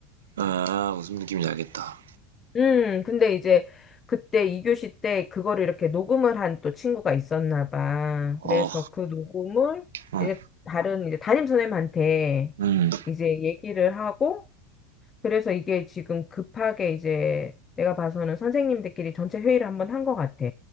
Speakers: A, on the right; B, on the left.
A: 아, 무슨 느낌인지 알겠다.
B: 음, 근데 이제 그때 2교시 때 그거를 이렇게 녹음을 한 또 친구가 있었나 봐.
A: 어,
B: 그래서 그 녹음을
A: 음,
B: 이제 다른 이제 담임 선생님한테
A: 음,
B: 이제 얘기를 하고 그래서 이게 지금 급하게 이제 내가 봐서는 선생님들끼리 전체 회의를 한 번 한 것 같아.